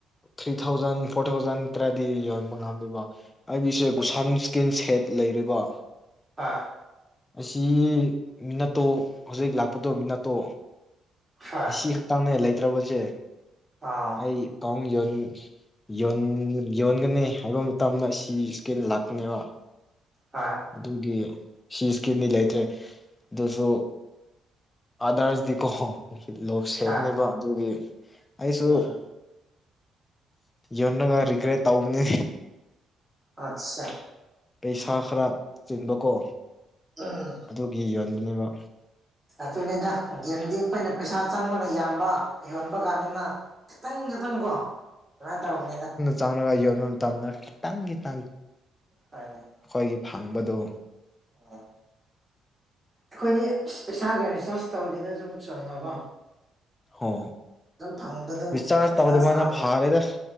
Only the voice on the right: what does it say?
ꯍꯣꯏ
ꯍꯣꯏ
ꯑꯥ
ꯍ
ꯍꯣꯏ
ꯎꯝ
ꯑꯠꯆꯥ
ꯑꯥ
ꯑꯗꯨꯅꯤꯗ ꯒꯦꯝꯗꯤ ꯑꯩꯈꯣꯏꯅ ꯄꯩꯁꯥ ꯆꯪꯕꯅ ꯌꯥꯝꯕ ꯌꯣꯟꯕ ꯀꯥꯟꯗꯅ ꯈꯤꯇꯪ ꯈꯤꯇꯪ ꯀꯣ ꯁꯨꯃꯥꯏꯅ ꯇꯧꯔꯕꯅꯤꯅ
ꯍꯥꯏ
ꯑꯣ ꯑꯩꯈꯣꯏꯗꯤ ꯑꯁ ꯄꯩꯁꯥꯒ ꯔꯤꯆꯥꯔꯖ ꯇꯧꯗꯅ ꯁꯨꯝ ꯆꯪꯉꯕꯣ
ꯐꯪꯕꯗ ꯑꯗꯨꯝ
ꯄꯪꯁꯅꯥ
ꯁꯅꯥꯕꯅꯤꯗ